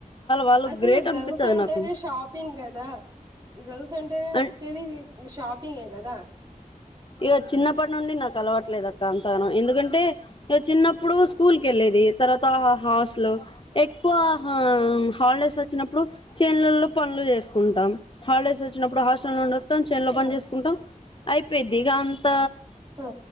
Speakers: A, on the left; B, on the right.
A: వాళ్ళు
B: అసలు
A: గ్రేట్ అనిపిత్తది
B: గర్ల్స్ అంటేనే
A: నాకు
B: షాపింగ్ కదా గర్ల్స్ అంటేనే
A: అం
B: నచ్చేది షాపింగ్ కదా
A: ఇక చిన్నప్పటి నుండి నాకు అలవట్లేదక్క అంతగానం ఎందుకంటే ఇక చిన్నప్పుడు స్కూల్ కి వెళ్ళేది తర్వాత హాస్టల్ ఆ లో ఎక్కువ హాలిడేస్ వచ్చినప్పుడు చెైన్లలో పనులు చేసుకుంటాం హాలిడేస్ వచ్చినప్పుడు హాస్టల్ లో ఉండి వస్తాం చెన్లో
B: ఆ,
A: పని చేసుకుంటాం అయిపోయింది ఇగ అంత
B: ఆ,